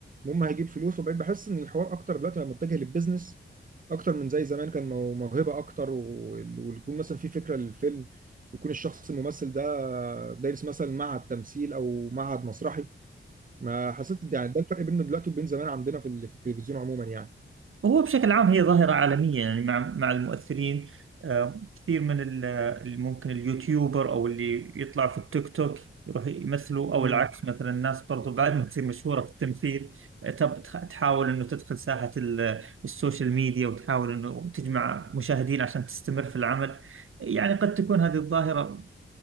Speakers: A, on the right; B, on the right.
A: المهم هيجيب فلوس وبقيت بحس ان الحوار اكتر دلوقتي بقى متجه للبيزنس اكتر من زي زمان كان مو- موهبه اكتر و- ويكون مثلا في فكره للفيلم ويكون الشخص الممثل ده دارس مثلا معهد تمثيل او معهد مسرحي ما حسيت يعني ده الفرق بينه دلوقتي وبين زمان عندنا في ال- في التلفزيون عموما يعني
B: هو بشكل عام هي ظاهرة عالمية يعني مع مع المؤثرين آه، كثير من ال- ال- ممكن اليوتيوبر أو اللي يطلع في التيك توك يروح يمثلوا أو
A: مم.
B: العكس مثلا الناس برضو بعد ما تصير مشهورة في التمثيل آه، تب- تح- تحاول إنه تدخل ساحة ال- السوشيال ميديا وتحاول إنه تجمع مشاهدين عشان تستمر في العمل يعني قد تكون هذه الظاهرة